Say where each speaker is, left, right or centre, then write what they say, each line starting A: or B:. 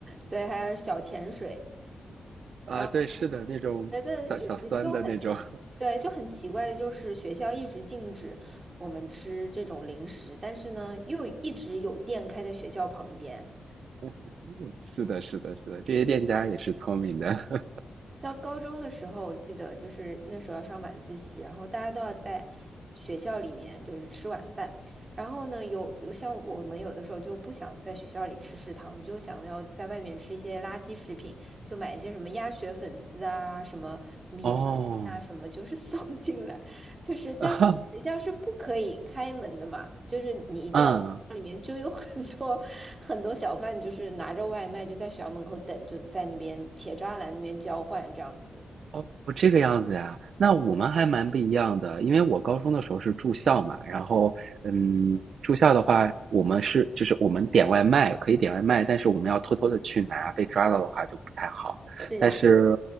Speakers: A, on the right (about 35°); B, on the right (about 75°).
A: 对，还有小甜水，
B: 啊，
A: 然后
B: 对，是的，那种酸小酸的那种，
A: 我觉得一直就很对，就很奇怪的就是学校一直禁止我们吃这种零食，但是呢，又一直有店开在学校旁边。
B: <laughs> 是的，是的，是的，这些店家也是聪明的。<laughs>
A: 到高中的时候，我记得就是那时候要上晚自习，然后大家都要在学校里面就是吃晚饭。然后呢，有有像我们有的时候就不想在学校里吃食堂，就想要在外面吃一些垃圾食品，就买一些什么鸭血粉丝啊，什么
B: 哦，
A: 啊什么，就是送 <laughs> 进来，就是但是学校是不可以开门的嘛，
B: <laughs> 哈，
A: 就是你一定要里面就有很多很多小贩，
B: 啊嗯，
A: 就是拿着外卖就在学校门口等，就在那边铁栅栏那边交换这样子。
B: 哦，这个样子呀，那我们还蛮不一样的，因为我高中的时候是住校嘛，然后，嗯，住校的话，我们是就是我们点外卖可以点外卖，但是我们要偷偷的去拿，被抓到的话就不太好。
A: 是呀，
B: 但是，